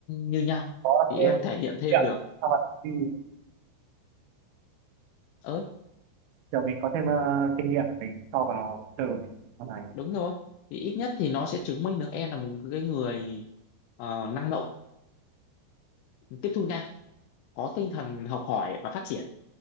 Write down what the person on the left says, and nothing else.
như nhau
thì
em
thể hiện thêm
được
ơi
đúng rồi thì ít nhất thì nó sẽ chứng minh được em là một cái người ờ, năng động tiếp thu nhanh có tinh thần học hỏi và phát triển